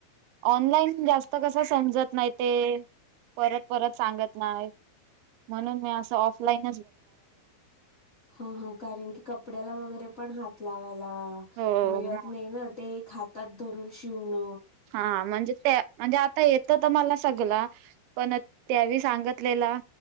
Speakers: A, on the right; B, on the left.
A: ऑनलाईन जास्त कसा समजत नाही, ते परत परत सांगत नाही. म्हणून मी असं ऑनलाईन
B: हा हा कारण, की कपड्याला वगैरे पण हात लावायला.
A: हो
B: मिळत
A: म
B: नाही, ना ते हातात धरून शिवण
A: हा म्हणजे, ते म्हणजे आता येतं तर मला सगला पण त्यावी सांगतलेला